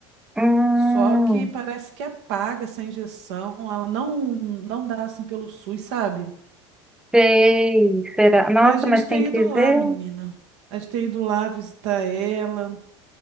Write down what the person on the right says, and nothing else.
só que parece que apaga essa injeção, ela não não dá assim pelo SUS, sabe?
Aí a gente
tem
ido
lá, menina. A gente tem ido lá visitar ela.